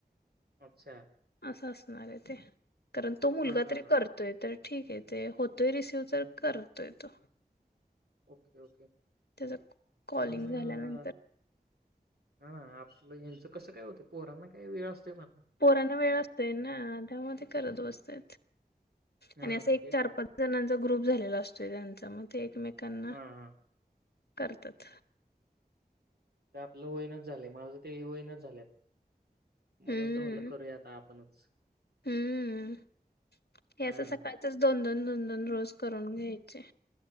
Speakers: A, on the right; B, on the left.
A: अच्छा
B: अस ते कारण तो मुलगा
A: हां, हां,
B: तरी
A: हां.
B: करतोय तर ठीक आहे ते होतोय रिसिव तर करतोय तो
A: ओके ओके
B: त्याचा कॉलिंग
A: कारण ह
B: झाल्यानंतर
A: ना आपलंच कसं काय होते पोरांना का वेळ असते म
B: पोरांना वेळ असतेय ना त्यामध्ये करत बसते
A: हां,
B: आणि असं एक
A: तेच
B: चार
A: ना.
B: पाच जणांचा ग्रुप झालेला असतो त्यांच्या म ते एकमेकांना
A: हां, हां.
B: करतात
A: लं होईनाच झाले माझं ते होईनाच झाल्यात म्हणून
B: हम्म.
A: तर म्हटलं करूया आता आपणच
B: हम्म हे
A: हां.
B: असं सकाळचच दोन दोन रोज करून घ्यायचे